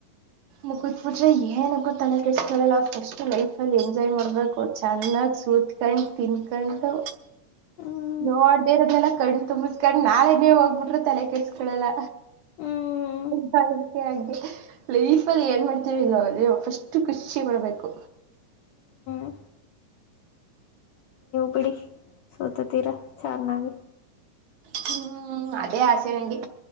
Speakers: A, on the right; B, on the left.
A: ಮುಗತ್ಬಿಟ್ರೆ ಏನಕ್ಕ ತಳ ಕೆಷ್ಟಸ್ಕೊಳ್ಳಲ್ಲ ಫಸ್ಟ್ ಲೈಫಲ್ಲಿ ಎಂಜಾಯ್ ಮಾಡ್ಬೇಕು ಚೆನ್ನಾಗ್ ಸೂತ್ಕೊಂಡು ತಿನ್ಕೊಂಡು
B: ಹ್ಞೂ
A: ನೋಡ್ದೆ ಇರದಲ ಕಂಡ್ ತುಂಬಸ್ಕಂಡ್ ನಾಳೆ ನೀವ ಹೋಗ್ಬಿಟ್ರೆ ತಲೆ ಕೆಡಿಸಿಕೊಳ್ಳಲ್ಲ
B: ಹ್ಞೂ
A: ದಕ್ಕೆ ಹಾಗೆ ಲೈಫ ಅಲ್ಲಿ ಏನ್ ಮಾಡ್ತೀವಿ ಇಲ್ಲಲ್ಲಿ ಫಸ್ಟ್ ಖುಷಿ ಮಾಡಡ್ಬೇಕು
B: ಹ ಬಿಡಿ ಸೋತತೀರಾ ಚನ್ನಾಗಿ
A: ಹ್ಮ್ ಅದೇ ಆಸೆ ನನಗೆ